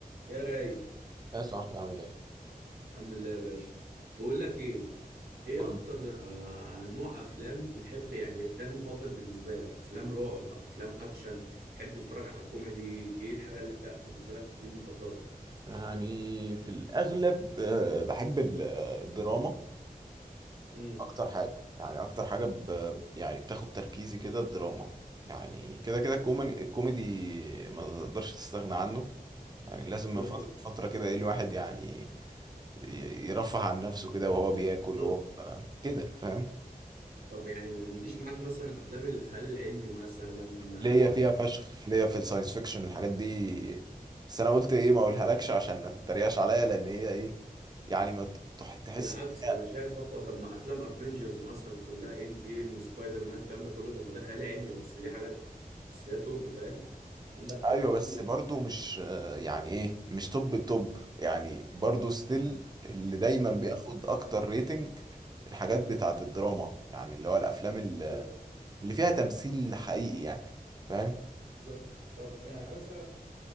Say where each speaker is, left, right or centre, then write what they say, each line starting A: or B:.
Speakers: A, on the right (about 80°); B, on the right (about 25°).
A: يا راي
B: يا صاحبي عامل ايه؟
A: الحمد لله يا باشا بقول لك ايه ايه
B: قول
A: اكتر
B: لي.
A: آه، نوع افلام بتحب يعني ده المفضل بالنسبه لك افلام رعب افلام اكشن تحب تتفرج على كوميدي ايه الحاجه اللي انت بالنسبه لك دي المفضله
B: يعني في الأغلب آه، بحب ال- آه، الدراما
A: امم
B: أكتر حاجة يعني أكتر حاجة ب... يعني بتاخد تركيزي كده الدراما يعني كده كده الكومن- الكوميدي ما تقدرش تستغنى عنه يعني لازم
A: كده
B: من فترة
A: كده
B: لفترة كده إيه الواحد يعني ي- يرفه عن نفسه كده وهو بياكل
A: بالظبط
B: وهو آه، كده فاهم
A: طب يعني ما يجيش معاك مثلا افلام الخيال العلمي مثلا
B: ليا فيها فشخ
A: آه،
B: ليا في الساينس فيكشن الحاجات دي بس انا قلت ايه ما اقولهالكش عشان ما تتريقش عليا لان هي ايه يعني ما ت- تح- تحس
A: بالعكس
B: إن
A: انا
B: هي-
A: شايف اقوى طب ما افلام افنجرز مثلا كلها اند جيم سبايدر مان الكلام ده كله طب ما ده خيال علمي بس دي حاجات بس هي توب فاهم عندك حاجات
B: ايوه
A: كتير
B: بس برضو مش آه، يعني ايه مش توب التوب يعني برضو ستيل اللي دايما بياخد
A: امم
B: اكتر ريتنج الحاجات بتاعت الدراما يعني اللي هو الافلام ال-
A: بالظبط
B: اللي فيها تمثيل حقيقي يعني فاهم
A: بالظبط طب يعني مثلا